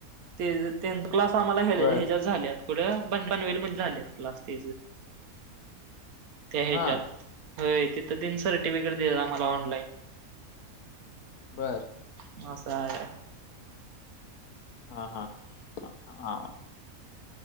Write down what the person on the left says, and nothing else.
बर
हा
बरं!
हा, हा! हा,